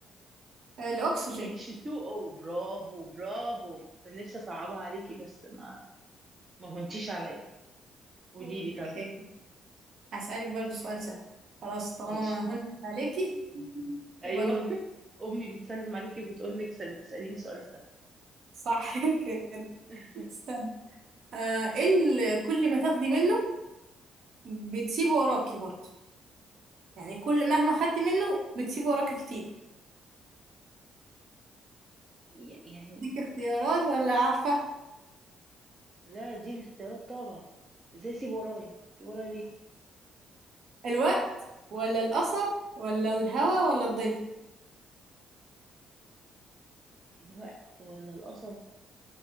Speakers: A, on the right (about 65°); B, on the right (about 35°).
A: آه، الأكسجين
B: H2O برافو برافو كان نفسي اصعبها عليكي بس ما ما هونتيش عليا قولي
A: اوكي
B: لي طيب
A: هسألك برضو سؤال سهل خلاص طالما
B: ماشي
A: ما هنت عليكي
B: ايوه
A: يبقى نرد
B: <laughs> امي بتسلم عليكي وبتقول لك سل- سأليني سؤال سهل
A: صح <laughs> كده
B: <laughs>
A: استنى آه، ايه اللي كل ما تاخدي منه بتسيبه وراكي برضه يعني كل مهما خدتي منه بتسيب وراك كتير
B: ي- يعني
A: ديك اختيارات ولا عارفة
B: لا دي الاختيارات طبعا ازاي اسيب ورايا اسيب ورايا ليه
A: الوقت ولا الأثر ولا الهوى ولا الظل
B: الوقت ولا القصب